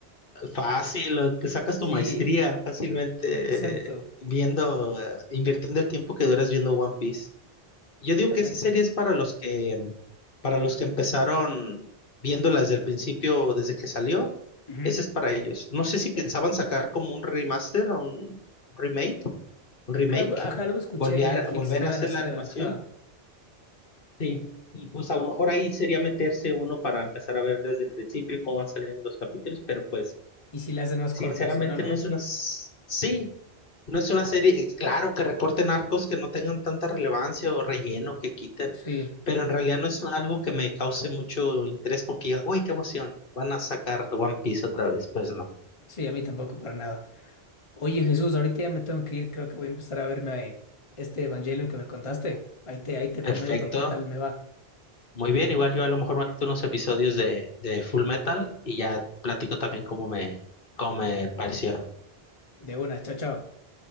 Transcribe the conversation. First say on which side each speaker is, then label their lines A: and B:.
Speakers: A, on the left; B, on the left.
A: fácil, o te sacas
B: Sí,
A: tu maestría fácilmente
B: exacto,
A: eh, viendo, eh, invirtiendo el tiempo que duras viendo One Piece. Yo
B: totalmente.
A: digo que esa serie es para los que, para los que empezaron viéndola desde el principio, desde que salió.
B: Ujú.
A: Esa es para ellos. No sé si pensaban sacar como un remaster o un remake, un remake,
B: Algo, ajá, algo escuché
A: volver,
B: en Netflix
A: volver
B: que iban
A: a hacer
B: a hacer,
A: la animación.
B: ajá.
A: Sí. Y pues a lo mejor ahí sería meterse uno para empezar a ver desde el principio cómo van saliendo los capítulos, pero pues
B: Y si le hacen más
A: Sinceramente
B: corto, si no, no.
A: no es una... s- Sí, no es una serie, eh, claro, que recorten arcos que no tengan tanta relevancia o relleno que quiten,
B: Sí,
A: pero en realidad no es algo que me cause mucho interés, como que diga, uy, qué emoción, van a sacar One Piece otra vez, pues no. Ok.
B: sí, a mí tampoco para nada. Oye, Jesús, ahorita ya me tengo que ir, creo que voy a empezar a verme eh, este Evangelio que me contaste. Ahí te, ahí te
A: Perfecto,
B: comento qué tal me va.
A: muy bien, igual yo a lo mejor me meto unos episodios de, de Full Metal y ya platico también cómo me, cómo me pareció.
B: De una, chao, chao.